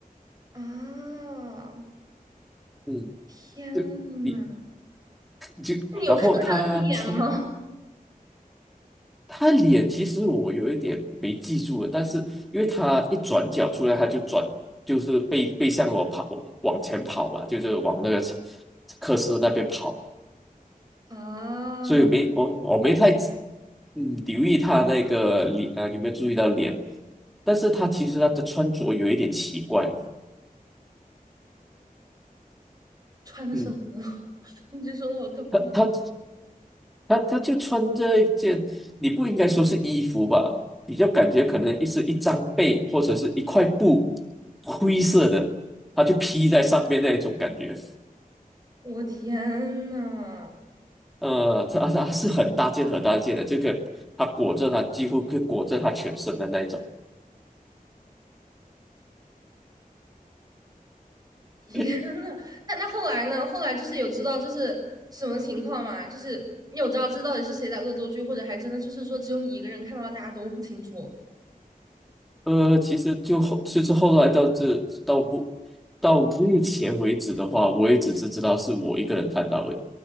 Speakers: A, on the right; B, in the centre.
A: 啊！
B: 嗯，
A: 天呐，
B: 就你就然后他从
A: 那你有看到他的脸吗？
B: 他脸，其实我有一点没记住了，但是因为他一转角出来，他就转，就是背背向我跑，往前跑嘛，就是往那个科斯那边跑，
A: 啊，
B: 所以没我我没太嗯留意他那个脸啊，有没有注意到脸？但是他其实他的穿着有一点奇怪，
A: 穿的什么？
B: 嗯，
A: 你这说的好可怕！
B: 他他他他就穿着一件，你不应该说是衣服吧，比较感觉可能是一张被或者是一块布，灰色的，他就披在上面那一种感觉。
A: 我天呐，
B: 呃，他它它是很大件很大件的，这个他裹着他几乎可以裹着他全身的那一种。
A: 天呐！
B: <laughs>
A: 那那后来呢？后来就是有知道这是什么情况吗？就是你有知道这到底是谁在恶作剧，或者还真的就是说只有你一个人看到了，大家都不清楚？
B: 呃，其实就后，其实后来到这到目到目前为止的话，我也只是知道是我一个人看到的，